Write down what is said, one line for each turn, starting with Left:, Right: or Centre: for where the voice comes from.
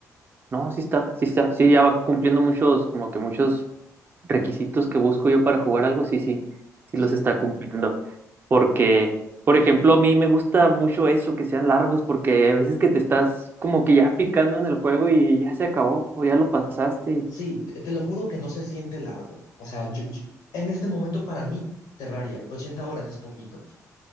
Right: No, sí está, sí está, sí ya va cumpliendo muchos, como que muchos requisitos que busco yo para jugar algo, sí, sí, sí
Left: Sí,
Right: los está cumpliendo. Porque, por ejemplo, a mí me gusta mucho eso, que sean largos, porque a veces que te estás como que ya picando en el juego y ya se acabó, o ya lo pasaste.
Left: sí, te, te lo juro que no se siente largo. O sea, yo- yo- en este momento para mí, Terraria, 80 horas es poquito.